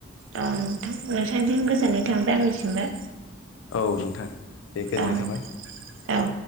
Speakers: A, on the right; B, on the left.
A: औ नोंथां नोंथांनिसिम गोजोननाय थाबाय आंनिसिमबो
B: औ नोंथां दे गोजोननाय
A: औ
B: थाबाय
A: औ